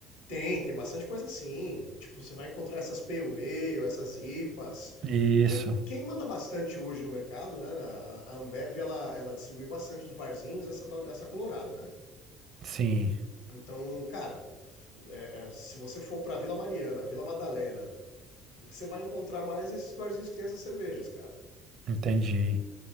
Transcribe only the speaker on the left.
Tem, tem bastante coisa assim. Tipo, você vai encontrar essas Pale Ale, essas IPAs.
Quem, quem manda bastante hoje no mercado, né? na- A, a Ambev, ela, ela distribui bastante os barzinhos, essa, tal- essa Colorado, né?
Então, cara, é- é, se você for pra Vila Mariana, Vila Madalena, o que você vai encontrar mais é esses barzinhos que tem essas cervejas, cara.